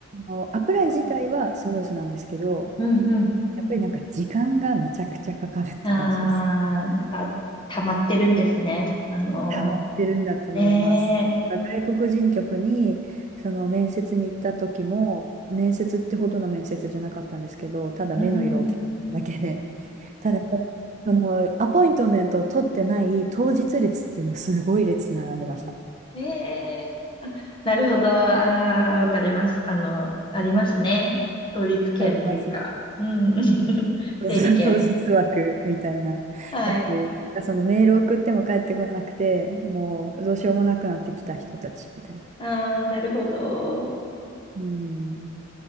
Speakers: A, on the right (about 35°); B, on the left (about 25°).
A: あのアプライ自体はスムーズなんですけど、
B: ほどうんうん
A: やっぱりなんか時間がめちゃくちゃかかるって感じです。
B: ああ、やっぱ、溜まってるんですね。あの
A: 溜まってるんだと思います。
B: ー、ね
A: なんか外国人局にその面接に行った時も、面接ってほどの面接じゃなかったんですけど、ただ目の色を聞かれただけで、
B: え、うん。
A: ただそのアポイントメントを取ってない当日列っていうのがすごい列並んでました。
B: ええ、なるほど。ああ、わかります。あの、ありますね。
A: うん
B: 当日券っていうか、
A: あります。
B: うん。<laughs>
A: <laughs>
B: 整理券。
A: 当日枠みたいなやつ。
B: はい。
A: なんかそのメール送っても返ってこなくて、もうどうしようもなくなってきた人たちみたいな。
B: ああ、なるほど。
A: うん。